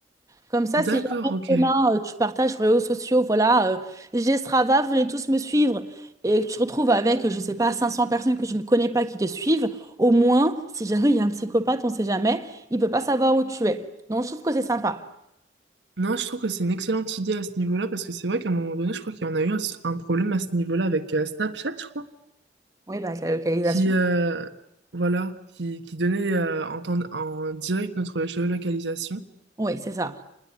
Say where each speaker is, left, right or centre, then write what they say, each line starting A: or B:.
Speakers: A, on the right; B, on the right.
A: Comme ça,
B: D'accord,
A: si jamais
B: ok.
A: demain euh, tu partages sur les réseaux sociaux, voilà, euh, j'ai Strava, venez tous me suivre, et que tu te retrouves avec, je sais pas, 500 personnes que je ne connais pas qui te suivent, au moins, si jamais il y a un psychopathe, on sait jamais, il peut pas savoir où tu es. Donc je trouve que c'est sympa.
B: Non, je trouve que c'est une excellente idée à ce niveau-là parce que c'est vrai qu'à un moment donné, je crois qu'il y en a eu un, un problème à ce niveau-là avec euh, Snapchat, je crois.
A: Oui, bah, avec la localisation.
B: qui euh, voilà qui, qui donnait euh, en, temps- en direct notre géolocalisation
A: Oui, c'est ça.